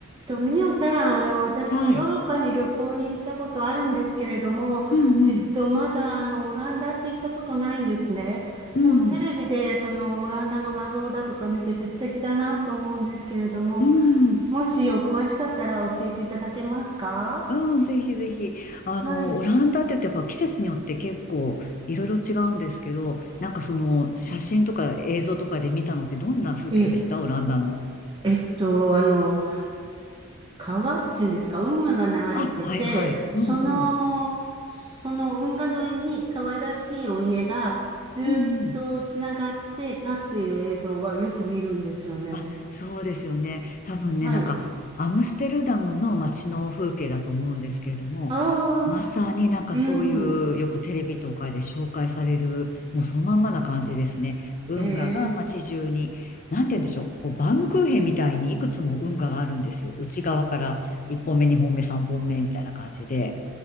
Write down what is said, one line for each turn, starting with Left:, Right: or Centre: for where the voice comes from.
Right: と、ミオさん、あの、私、
Left: はい。
Right: ヨーロッパに旅行に行ったことあるんですけれども、
Left: うんうん。
Right: えっと、まだ、あの、オランダって行ったことないんですね。
Left: うん。
Right: でも、テレビで、その、オランダの画像だとか見てて素敵だなと思うんですけれども、
Left: うん。
Right: もしお詳しかったら教えていただけますか
Left: うん、ぜひぜひ。あの、
Right: はい。
Left: オランダって言うとやっぱ季節によって結構いろいろ違うんですけど、なんかその写真とか映像とかで見たのってどんな風景でしたオランダの。
Right: ええ、えっと、あの、川っていうんですか、運河が流れてて、
Left: あ、はいはい。うんうん。
Right: その、その運河沿いに可愛らしいお家がずーっとつながって立っている映像はよく見るんですよね。
Left: うんうん。あ、そうですよね。多分ね、
Right: はい。
Left: なんか、アムステルダムの街の風景だと思うんですけれども、
Right: ああ、
Left: まさになんかそういう、
Right: うん。
Left: よくテレビとかで紹介される、もうそのまんまな感じですね。運河が街中に、
Right: ええ、
Left: なんて言うんでしょう、こう、バウムクーヘンみたいにいくつも運河があるんですよ。内側から1本目、2本目、3本目みたいな感じで。